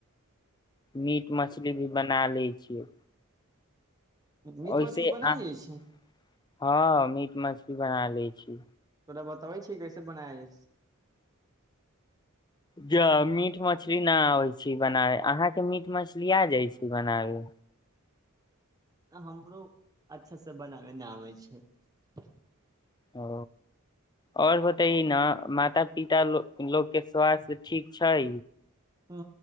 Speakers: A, on the left; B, on the right.
A: मीट मछली भी बना लैत छियै
B: मीट
A: ओहिसे
B: मछली बना
A: हँ
B: लियै छै
A: मीट मछली ी बना लै छी
B: तोरा बताबै छिअऽ, केना बनाय।
A: ज मीट मछली नहि आबै छै बनाबै अहाँके मीट मछली आ जाइ छै बनाबे
B: हमरो अच्छास से बनाबै नहि आबै छै
A: ओ आओर होतै ई ने माता पिता लोकके स्वास्थ्य ठीक छै
B: हँ